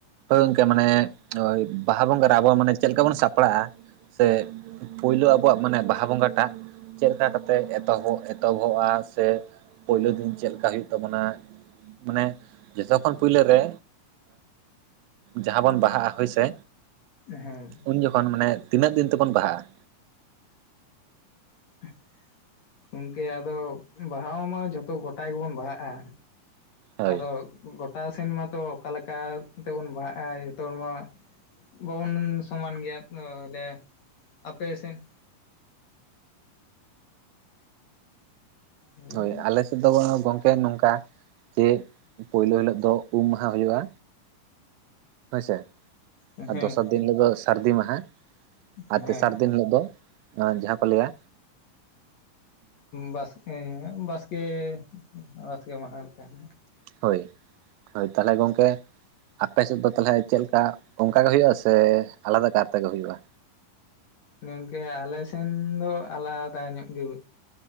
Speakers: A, on the right; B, on the left.
A: ᱦᱳᱭ ᱜᱚᱝᱠᱮ ᱢᱟᱱᱮ ᱵᱟᱦᱟ ᱵᱚᱸᱜᱟ ᱨᱮ ᱟᱵᱚ ᱢᱟᱱᱮ ᱪᱮᱫ ᱞᱮᱠᱟ ᱵᱚᱱ ᱥᱟᱯᱲᱟᱜ-ᱟ ᱥᱮ ᱯᱩᱭᱞᱩ ᱟᱵᱚᱣᱟᱜ ᱢᱟᱱᱮ ᱵᱟᱦᱟ ᱵᱚᱸᱜᱟ ᱴᱟᱜ ᱪᱮᱫ ᱠᱟ ᱠᱟᱛᱮᱫ ᱮᱛᱚᱦᱚᱵ ᱮᱛᱚᱦᱚᱵᱚᱜ-ᱟ ᱥᱮ ᱯᱳᱭᱞᱳ ᱫᱤᱱ ᱪᱮᱫ ᱞᱮᱠᱟ ᱦᱩᱭᱩᱜ ᱛᱟᱵᱚᱱᱟ ᱢᱟᱱᱮ ᱡᱷᱚᱛᱚ ᱠᱷᱚᱱ ᱯᱩᱭᱞᱟᱹ ᱨᱮ ᱡᱟᱦᱟᱸ ᱵᱚᱱ ᱵᱟᱦᱟᱜ-ᱟ ᱦᱳᱭ ᱥᱮ
B: ᱦᱮᱸ
A: ᱩᱱ ᱡᱚᱠᱷᱚᱱ ᱢᱟᱱᱮ ᱛᱤᱱᱟᱹᱜ ᱫᱤᱱ ᱛᱮᱵᱚᱱ ᱵᱟᱦᱟᱜ-ᱟ
B: <unintelligible> ᱜᱚᱝᱠᱮ ᱟᱫᱚ ᱵᱟᱦᱟ ᱢᱟ ᱡᱷᱚᱛᱚ ᱜᱚᱴᱟ ᱜᱮᱵᱚᱱ ᱵᱟᱦᱟᱜ-ᱟ
A: ᱦᱳᱭ
B: ᱟᱫᱚ ᱜᱚᱴᱟ ᱥᱮᱱ ᱢᱟᱛᱚ ᱚᱠᱟ ᱞᱮᱠᱟ ᱛᱮᱵᱚᱱ ᱵᱟᱦᱟᱜ-ᱟ ᱡᱚᱛᱚ ᱦᱚᱲ ᱢᱟ ᱵᱟᱵᱚᱱ ᱥᱚᱢᱟᱱ ᱜᱮᱭᱟ ᱵᱚᱞᱮ ᱟᱯᱮ ᱥᱮᱫ ᱦᱮᱸ
A: ᱦᱳᱭ ᱟᱞᱮᱥᱮ ᱫᱚ ᱜᱚᱝᱠᱮ ᱱᱚᱝᱠᱟ ᱡᱮ ᱯᱳᱭᱞᱳ ᱦᱤᱞᱳᱜ ᱫᱚ ᱩᱢ ᱢᱟᱸᱦᱟ ᱦᱩᱭᱩᱜ-ᱟ ᱦᱳᱭᱥᱮ
B: ᱦᱮᱸ
A: ᱟᱨ ᱫᱚᱥᱟᱨ ᱫᱤᱱ ᱦᱤᱞᱳᱜ ᱫᱚ ᱥᱟᱹᱨᱫᱤ ᱢᱟᱦᱟ ᱟᱨ
B: ᱦᱮᱸ
A: ᱛᱮᱥᱟᱨ ᱫᱤᱱ ᱦᱤᱞᱳᱜ ᱫᱚ ᱡᱟᱦᱟᱸ ᱠᱚ ᱞᱟᱹᱭᱟ
B: ᱵᱟᱥᱠᱮ ᱵᱟᱥᱠᱮ ᱵᱟᱥᱠᱮ ᱢᱟᱦᱟ ᱠᱟᱱᱟ
A: ᱦᱳᱭ ᱦᱳᱭ ᱛᱟᱞᱦᱮ ᱜᱚᱝᱠᱮ ᱟᱯᱮᱥᱮᱫ ᱫᱚ ᱛᱟᱞᱦᱮ ᱪᱮᱫ ᱞᱮᱠᱟ ᱚᱱᱠᱟ ᱜᱮ ᱦᱩᱭᱩᱜ-ᱟ ᱥᱮ ᱟᱞᱟᱫᱟ ᱠᱟᱨ ᱛᱮᱜᱮ ᱦᱩᱭᱩᱜ-ᱟ
B: ᱜᱚᱝᱠᱮ ᱟᱞᱮᱥᱮᱱ ᱫᱚ ᱟᱞᱟᱫᱟ ᱧᱚᱜ ᱜᱮ